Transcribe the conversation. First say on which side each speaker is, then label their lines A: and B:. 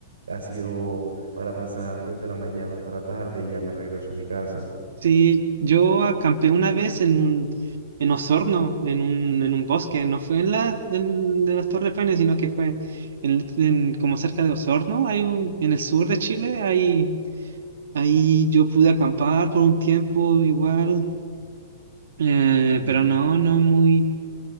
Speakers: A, on the right (about 85°); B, on the right (about 75°).
A: ha sido para pasar desde la mañana hasta la tarde y ya me regreso a mi casa.
B: Sí, yo acampé una vez en un, en Osorno, en un, en un bosque, no fue en la en- de las Torres Paine, sino que fue en, en- como cerca de Osorno, hay un, en el sur de Chile, ahí, ahí yo pude acampar por un tiempo igual, eh,
A: Mm,
B: pero no, no muy,